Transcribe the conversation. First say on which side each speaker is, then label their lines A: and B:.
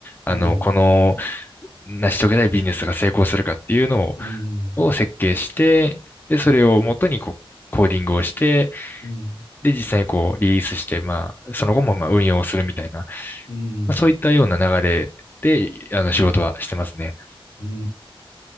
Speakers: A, on the left (about 20°); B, on the left (about 80°).
A: あの、
B: ええ、
A: この、成し遂げたいビジネスが成功するかっていうのを、
B: うん、
A: を設計して、で、それをもとにこう、コーディングをして、
B: うん、
A: で、実際にこうリリースして、まあ、その後もまあ運用をするみたいな、ま
B: うん、
A: あ、そういったような流れで、あの、仕事はしてますね。
B: う